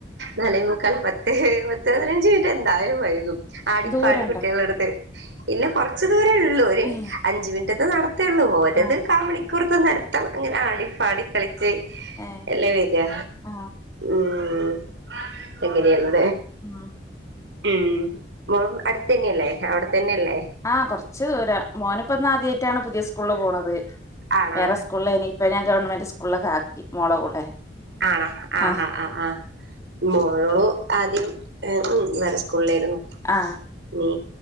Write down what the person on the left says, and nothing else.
ദൂരണ്ടോ
ഏ
ആ
ഏ
ആ
ഉം
ആഹ് കൊറച്ചു ദൂരം മോനിപ്പന്ന് ആദ്യ റ്റാണ് പുതിയ സ്കൂള് പോണത്
വേറെ സ്കൂള് ഇനി ഇപ്പ ഞൻ ഗവൺമെന്റ് സ് ഉള്ള കാക്കി മോളെ കൂടെ
ആ
ആ